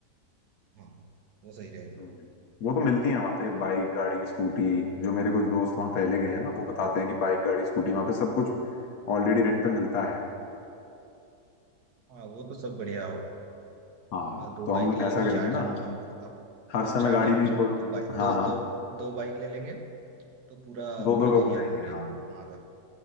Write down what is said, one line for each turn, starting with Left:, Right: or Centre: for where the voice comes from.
Right: हाँ वो सही रहेगा
Left: हम्म। वो तो मिलती है वहाँ पे बाइक गाड़ी स्कूटी जो मेरे कुछ दोस्त वहाँ पहले गए हैं ना वो बताते हैं कि बाइक गाड़ी स्कूटी वहाँ पे सब कुछ ऑलरेडी रेंट पे मिलता है
Right: हाँ वो तो सब बढ़िया होगा
Left: हाँ
Right: अ, दो
Left: तो हम
Right: बाइक ले लेंगे
Left: ऐसा करेंगे
Right: चार
Left: ना
Right: जन हम अब
Left: हर
Right: हम
Left: समय
Right: चार
Left: गाड़ी
Right: जन
Left: में ही
Right: हैं
Left: थोड़ा
Right: तो बाइक
Left: हाँ
Right: दो
Left: हाँ
Right: दो दो बाइक ले लेंगे तो पूरा
Left: दो
Right: मतलब
Left: दो लोग
Right: एरिया
Left: हो जाएंगे
Right: घूम लेंगे
Left: हाँ
Right: वहाँ का